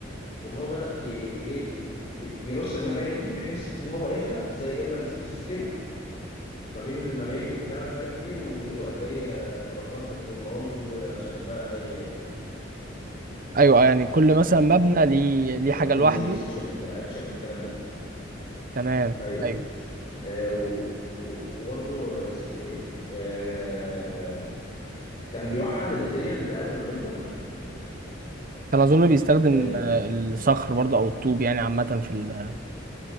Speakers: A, on the left; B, on the right.
A: وان هو بدأ ي- ي- ي- يرص المباني دي بحيث ان هو يخلق زي ايربان سبيسيس كده ما بين المباني وبتاع مش عارف ايه ويخلق زي آه، فراغات للطلاب وعشان بقى ي-
B: ايوه آه، يعني كل مثلا مبنى
A: آه،
B: ليه ليه
A: يبقى
B: حاجه
A: فيه
B: لوحده
A: زي سوشيال انتراكشن والكلام ده
B: تمام
A: ايوه
B: ايوه
A: آه و- و- وبرضه اسمه ايه آه كان بيوحد الماتيريال بتاعت المباني كلها
B: كان اظن بيستخدم
A: آه
B: آه، الصخر برضه او الطوب يعني عامه في ال-